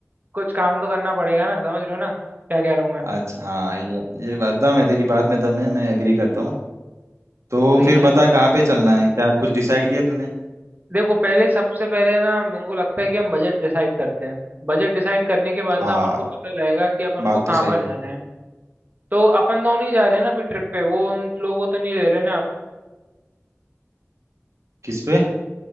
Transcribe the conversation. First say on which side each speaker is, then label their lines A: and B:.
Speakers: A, on the right; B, on the right.
A: कुछ काम तो करना पड़ेगा ना समझ रहे हो ना क्या कह रहा हूँ मैं
B: अच्छा हाँ ये ये बात दम है तेरी बात में दम है मैं एग्री करता हूँ तो
A: वही
B: फिर
A: ना
B: बता कहाँ पे चलना है क्या कुछ डिसाइड किया तूने
A: देखो पहले सबसे पहले ना मेरे को लगता है कि हम बजट डिसाइड करते हैं बजट डिसाइड करने के बाद
B: हाँ
A: ना अपन को पता लगेगा कि अपन
B: बात
A: को कहाँ
B: तो सही
A: पर
B: है
A: जाना है तो अपन दोनों ही जा रहे हैं ना अभी ट्रिप पे वो उन लोगों को तो नहीं ले रहे ना
B: किस पे